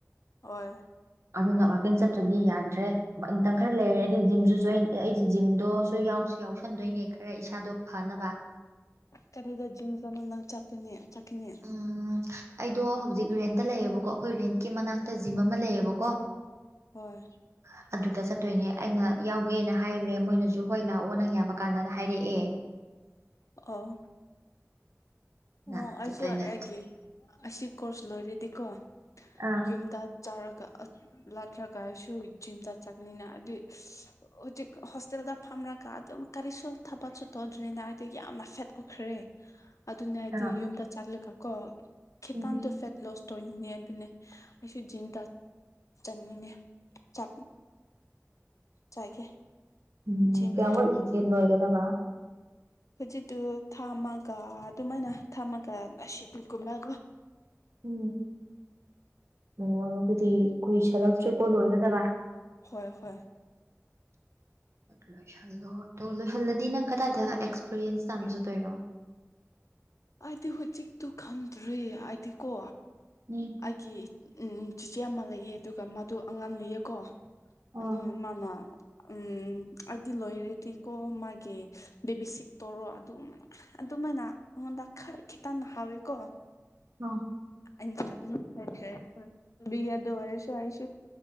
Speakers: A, on the left; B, on the right.
A: ꯍꯣꯏ
B: ꯑꯗꯨꯅ ꯋꯥꯛꯀꯤꯡ ꯆꯠꯇ꯭ꯔꯗꯤ ꯌꯥꯗ꯭ꯔꯦ ꯃꯇꯝ ꯈꯔꯥ ꯂꯩꯔꯗꯤ ꯖꯤꯝꯁꯨ ꯖꯣꯏꯟ ꯑꯩꯁꯦ ꯖꯤꯝꯗꯣꯁꯨ ꯌꯥꯎꯁꯨ ꯌꯥꯎꯁꯟꯗꯣꯏꯅꯦ ꯈꯔ ꯏꯁꯥꯗꯣ ꯐꯅꯕ
A: ꯀꯔꯤꯗ ꯖꯤꯝꯁ ꯑꯃ ꯅꯪ ꯆꯠꯄꯅꯦ ꯆꯠꯈꯤꯅꯤ
B: ꯎꯝ ꯑꯩꯗꯣ ꯍꯧꯖꯤꯛ ꯔꯦꯟꯇ ꯂꯩꯌꯦꯕꯀꯣ ꯑꯩꯈꯣꯏ ꯔꯦꯟꯠꯀꯤ ꯃꯅꯥꯛꯇ ꯖꯤꯝ ꯑꯃ ꯂꯩꯌꯦꯕꯀꯣ <inaudible>
A: ꯍꯣꯏ
B: <inaudible> ꯑꯗꯨꯗ ꯆꯠꯇꯣꯏꯅꯦ ꯑꯩꯅ ꯌꯥꯎꯒꯦꯅ ꯍꯥꯏꯔꯨꯔꯦ ꯃꯣꯏꯅꯁꯨ ꯍꯣꯏ ꯂꯥꯛꯑꯣ ꯅꯪ ꯌꯥꯕ ꯀꯥꯟꯗꯅ ꯍꯥꯏꯔꯛꯑꯦ
A: ꯑꯣ
B: ꯅ
A: ꯑꯣ
B: ꯑꯗꯨꯗ
A: ꯑꯩꯁꯨ
B: ꯑꯩꯅ
A: ꯑꯩꯒꯤ ꯑꯁꯤ ꯀꯣꯔꯁ ꯂꯣꯏꯔꯦꯗꯤꯀꯣ
B: ꯑꯥ
A: ꯌꯨꯝꯗ ꯆꯥꯔꯒ ꯂꯥꯛꯇ꯭ꯔꯒ ꯑꯩꯁꯨ ꯖꯤꯝꯗ ꯆꯠꯀꯅꯤꯅ ꯑꯗꯨꯏ ꯍꯧꯖꯤꯛ ꯍꯣꯁꯇꯦꯜꯗ ꯐꯝꯔꯒ ꯑꯗꯨꯝ ꯀꯔꯤꯁꯨ ꯊꯥꯕꯛꯁꯨ ꯇꯧꯗ꯭ꯔꯤꯅ ꯑꯩꯗꯨ ꯌꯥꯝꯅ ꯁꯦꯠ ꯑꯣꯏꯈ꯭ꯔꯦ ꯑꯗꯨꯅ ꯑꯩꯗꯤ
B: ꯑꯥ
A: ꯌꯨꯝꯗ ꯆꯠꯂꯒ ꯀꯣ ꯈꯤꯇꯪꯗꯨ
B: ꯎꯝ
A: ꯁꯦꯠ ꯂꯣꯁ ꯇꯧꯅꯤꯡꯉꯦ ꯑꯗꯨꯅꯦ ꯑꯩꯁꯨ ꯖꯤꯝꯗ ꯆꯠꯅꯤꯡꯅꯦ ꯆꯥꯛ ꯆꯥꯒꯦ
B: ꯎꯝ
A: ꯖꯤꯝꯗ
B: ꯀꯌꯥꯝ ꯋꯥꯠꯂꯤꯒꯦ ꯂꯣꯏꯒꯗꯕ
A: ꯍꯧꯖꯤꯛꯇꯨ ꯊꯥꯑꯃꯒ ꯑꯗꯨꯃꯥꯏꯅ ꯊꯝꯃꯒ ꯑꯁꯤꯗꯤꯒꯨꯝꯅꯀꯣ
B: ꯎꯝ ꯑꯣ ꯑꯗꯨꯗꯤ ꯀꯨꯏꯁꯜꯂꯛꯇ꯭ꯔꯦꯀꯣ ꯂꯣꯏꯒꯗꯕ
A: ꯍꯣꯏ ꯍꯣꯏ
B: ꯂꯣꯏꯁꯜꯂꯣ ꯑꯗꯨ ꯂꯣꯏꯁꯜꯂꯗꯤ ꯅꯪ ꯀꯗꯥꯏꯗ ꯑꯦꯛꯁꯄꯤꯔꯤꯌꯦꯟꯁ ꯇꯥꯟꯕ ꯆꯠꯇꯣꯏꯅꯣ
A: ꯑꯩꯗꯤ ꯍꯧꯖꯤꯛꯇꯨ ꯈꯪꯗ꯭ꯔꯦ ꯑꯩꯗꯤ ꯀꯣ
B: ꯎꯝ
A: ꯑꯩ ꯀꯤ ꯎꯝ ꯆꯤꯆꯦ ꯑꯃ ꯂꯩꯌꯦ ꯑꯗꯨꯒ ꯃꯥꯗꯣ ꯑꯉꯥꯡ ꯂꯩꯌꯦꯀꯣ
B: ꯑ
A: ꯑꯗꯣ ꯃꯥꯅꯥ ꯎꯝ ꯑꯩꯗꯤ ꯂꯣꯏꯔꯗꯤꯀꯣ ꯃꯥꯒꯤ ꯕꯦꯕꯤ ꯁꯤꯠꯇꯧꯔ ꯑꯗꯨꯝ ꯑꯗꯨꯃꯥꯏꯅ ꯑꯩꯉꯣꯟꯗ ꯈꯥꯔ ꯈꯤꯇꯪ ꯍꯥꯎꯋꯦꯀꯣ
B: ꯑꯥ
A: <unintelligible> ꯑꯣꯏꯔꯁꯨ ꯑꯩꯁꯨ